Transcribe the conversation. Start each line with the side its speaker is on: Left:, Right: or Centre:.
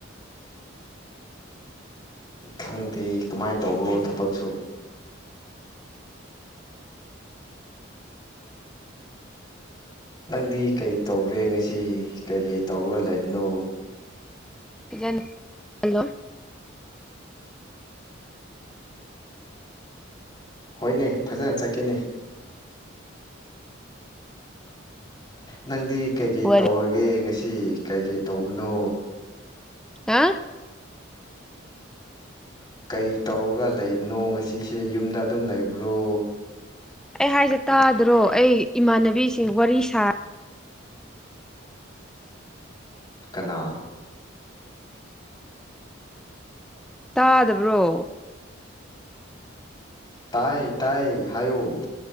Left: ꯈꯪꯗꯦ ꯀꯃꯥꯏ ꯇꯧꯕꯔꯣ ꯊꯕꯛꯁꯨ ꯅꯪꯗꯤ ꯀꯩ ꯇꯧꯔꯦ ꯉꯁꯤ ꯀꯩ ꯀꯩ ꯇꯧꯔꯒ ꯂꯩꯕꯅꯣ
Centre: ꯄꯤꯖꯟ ꯍꯜꯂꯣ
Left: ꯍꯣꯏꯅꯦ ꯐꯖꯅ ꯆꯠꯀꯦꯅꯦ ꯅꯪꯗꯤ ꯀꯩꯀꯩ
Centre: ꯋꯥꯔꯤ
Left: ꯇꯧꯔꯒꯦ ꯉꯁꯤ ꯀꯩ ꯀꯩ ꯇꯧꯕꯅꯣ
Centre: ꯍꯥ
Left: ꯀꯩ ꯇꯧꯔꯒ ꯂꯩꯕꯅꯣ ꯉꯁꯤꯁꯦ ꯌꯨꯝꯗ ꯑꯗꯨꯝ ꯂꯩꯕ꯭ꯔꯣ
Centre: ꯑꯩ ꯍꯥꯏꯖ‌ꯦ ꯇꯥꯗ꯭ꯔꯣ ꯑꯩ ꯏꯃꯥꯟꯅꯕꯤꯁꯤꯡ ꯋꯥꯔꯤ ꯁꯥ
Left: ꯀꯅꯥ
Centre: ꯇꯥꯗꯕ꯭ꯔꯣ
Left: ꯇꯥꯏ ꯇꯥꯏ ꯍꯥꯏꯌꯣ